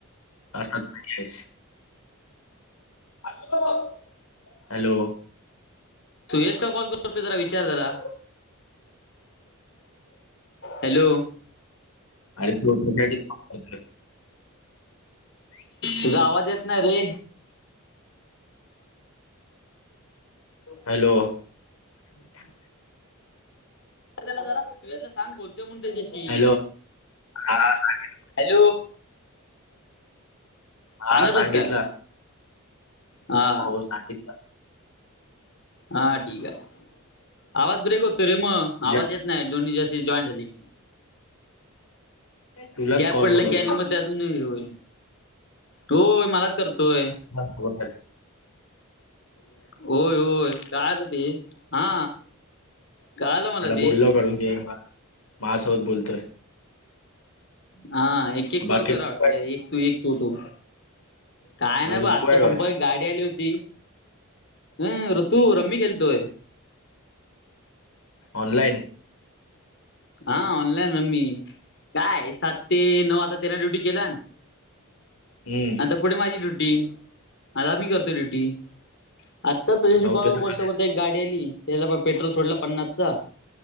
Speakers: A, on the left; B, on the left.
A: असच <unintelligible> <unintelligible> हॅलो?
B: सुयश का कॉल करतो? ते जरा विचार त्याला. हॅलो??
A: अरे <unintelligible>
B: तुझा आवाज येत नाही रे.
A: हॅलो? अगं
B: त्याला जरा सुजयला सांग बोलतोय म्हणून त्याच्याशी
A: हॅलो हा सांगितलं.
B: हॅलो.
A: हा
B: सांगितलंस
A: सांगितलं.
B: काय हा
A: हो सांगित
B: हा ठीक आहे आवाज ब्रेक होतो रे मग
A: तुझ्या
B: आवाज येत नाही दोन्ही जशी जॉईन झाले की.
A: तुलाच
B: गॅप
A: कॉल
B: पडलं
A: करत
B: की आणि
A: होता.
B: म त्यातून हे होईल होय मलाच करतोय.
A: मग तो दाई.
B: होय होय काय आता ते हा. कळालं मला
A: त्याला
B: ते
A: बोललो करून घे म माज्यासोबत बोलतोय.
B: हा एक एक
A: बाकी
B: कॉल करा
A: ऋतू
B: वाटल्या
A: काय
B: एक तू एक तो तो. काय
A: मग
B: नाही
A: ऋतू
B: ब आत्ता
A: काय करतोय?
B: पंपा एक गाडी आली होती हम रू तू रम्मी खेळतोय.
A: ऑनलाईन.
B: हा ऑनलाईन रम्मी कायये सात ते नऊ आता त्यांना ड्युटी केलान.
A: हम्म.
B: पुढे माझी ड्युटी आता मी करतोय ड्युटी. आत्ता तुझ्याशी
A: नऊ
B: बोलता
A: ते सकाळी.
B: बोलता एक गाडी आली त्याला प पेट्रोल सोडला पन्नासचा.